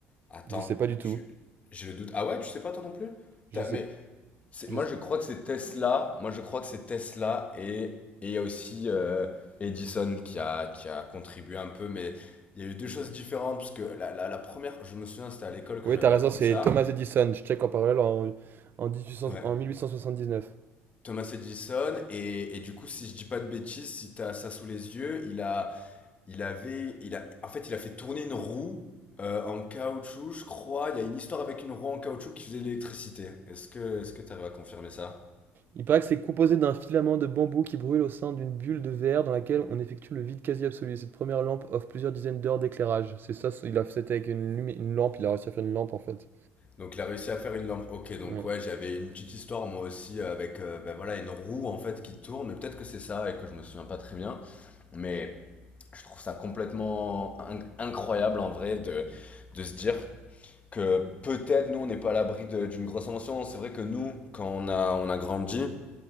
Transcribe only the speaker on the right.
Je sais pas du tout.
Je
sais.
je
sais-
Oui,
t'as raison,
c'est
Thomas Edison. Je check en parallèle en, en 1800
en 1879.
Il paraît que c'est composé d'un filament de bambou qui brûle au sein d'une bulle de verre dans laquelle on effectue le vide quasi absolu. Cette première lampe offre plusieurs dizaines d'heures d'éclairage. C'est ça, c'est- il a fait c'était avec une, lumi- une lampe, il a réussi à faire une lampe en fait.
Ouais.